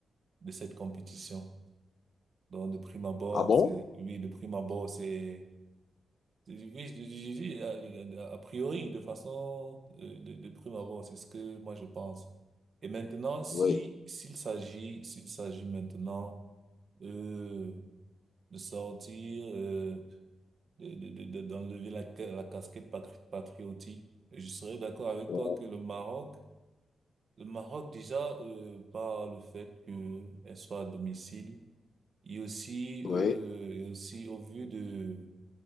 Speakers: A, on the right; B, on the left.
A: de cette compétition. Donc, de prime abord,
B: Ah bon?
A: c'est, oui, de prime abord, c'est, oui, je, je- je dis, a, a priori, de façon, euh, de, de prime abord, c'est ce que moi je pense. Et maintenant, si,
B: Oui.
A: s'il s'agit, s'il s'agit maintenant, euh, de sortir, euh, de, de, de, de- d'enlever la, ca- la casquette patri- patriotique, je serais d'accord avec
B: Oui.
A: toi que le Maroc, le Maroc déjà, euh, par le fait qu'elle soit à domicile, Et aussi,
B: Oui.
A: euh, et aussi au vu de,